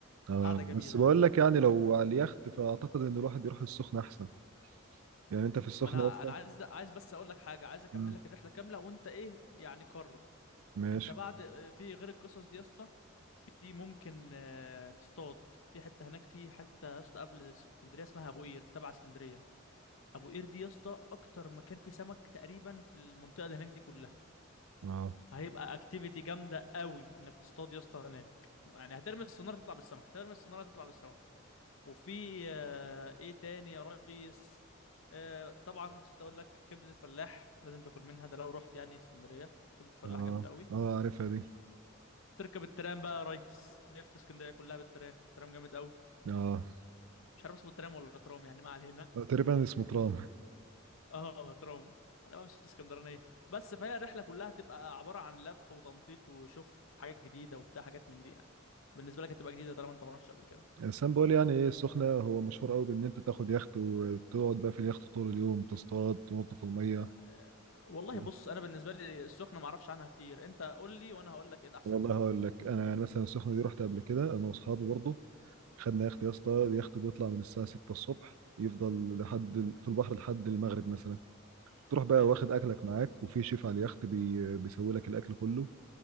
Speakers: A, on the right (about 80°); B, on the left (about 70°).
A: اه
B: قعده جميله
A: بس
B: يعني
A: بقول لك يعني لو على اليخت فاعتقد ان الواحد يروح السخنه احسن يعني انت في السخنه
B: ما انا
A: يا اسطى
B: انا عايز عايز بس اقول لك حاجه عايز اكمل
A: مم.
B: لك الرحله كامله وانت ايه يعني قرر
A: ماشي
B: انت بعد في غير القصص دي يا اسطى في ممكن آه، تصطاد في حته هناك في حته يا اسطى قبل اسكندريه اسمها ابو قير تبع اسكندريه ابو قير دي يا اسطى اكتر مكان فيه سمك تقريبا في المنطقه اللي هناك دي كلها
A: اه
B: هيبقى اكتيفيتي جامده قوي انك تصطاد يا اسطى هناك يعني هترمي الصناره تطلع بالسمك هترمي الصناره تطلع بالسمك وفي آه، ايه تاني يا ريس آه، طبعا مش هقول لك كبده الفلاح لازم تاكل منها ده لو رحت يعني اسكندريه كبده الفلاح
A: اه
B: جامده قوي
A: اه عارفها دي
B: تركب الترام بقى يا ريس لف اسكندريه كلها بالترام ترام جامد قوي
A: اه
B: مش عارف اسمه ترام ولا ترام يعني ما علينا
A: آه، تقريبا اسمه ترام
B: اه ترام انا بقى مش اسكندرانيه بس فهي الرحله كلها تبقى عباره عن لف وتنطيط وشوف حاجات جديده وبتاع حاجات من دي يعني بالنسبه لك هتبقى جديده طالما انت ما رحتش قبل كده
A: بس انا بقول يعني ايه السخنه هو مشهور قوي بان انت تاخد يخت وتقعد بقى في اليخت طول اليوم تصطاد تنط في الميه
B: آه، والله
A: كده
B: بص انا بالنسبه لي السخنه ما اعرفش عنها كتير انت قول لي وانا هقول لك ايه الاحسن
A: والله
B: فيهم
A: هقول لك انا يعني مثلا السخنه دي رحت قبل كده انا واصحابي برضه خدنا يخت يا اسطى اليخت بيطلع من الساعه 6 الصبح يفضل لحد ال- في البحر لحد المغرب مثلا تروح بقى
B: حلو
A: واخد اكلك معاك وفي شيف على اليخت بي... بيسوي لك الاكل كله